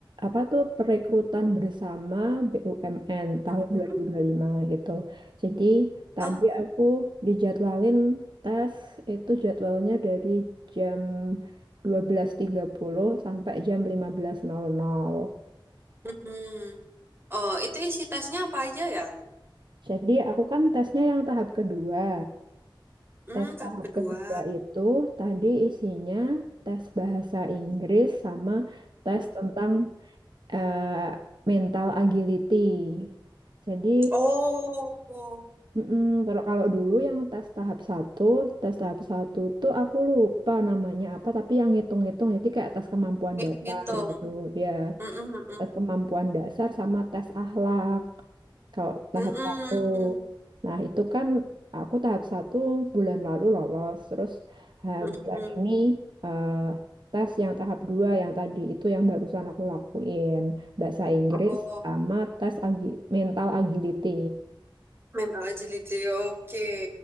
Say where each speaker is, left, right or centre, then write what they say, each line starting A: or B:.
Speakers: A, on the right; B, on the right.
A: apa tuh perekrutan bersama BUMN tahun
B: Mm-mm.
A: dua dua ribu dua puluh lima gitu. Jadi tadi
B: Oh.
A: aku dijadwalin tes itu jadwalnya dari jam dua belas tiga puluh sampai jam lima belas nol nol.
B: Mm-mm. Oh, itu isi tesnya apa aja ya?
A: Jadi aku kan tesnya yang tahap kedua.
B: Hmm,
A: Tes
B: tahap
A: tahap
B: kedua.
A: kedua itu tadi isinya tes bahasa Inggris sama tes
B: Mm-mm.
A: tentang eh, mental agility. Jadi,
B: Oh,
A: mm-mm, kalau kalau dulu yang tes tahap satu, tes tahap satu tuh aku lupa namanya apa, tapi yang ngitung-ngitung, jadi kayak tes kemampuan
B: ngit-
A: dasar
B: ngitung.
A: gitu, ya
B: Mm-mm, mm-mm.
A: tes kemampuan dasar sama tes akhlak. Kalau tahap
B: Mm-mm,
A: satu, nah itu kan aku tahap satu bulan lalu lolos, terus eh,
B: mm-mm.
A: bulan ini eh, tes yang tahap dua yang tadi itu yang barusan aku lakuin bahasa Inggris
B: Oh,
A: sama tes agi- mental agility.
B: mental agility. Oke.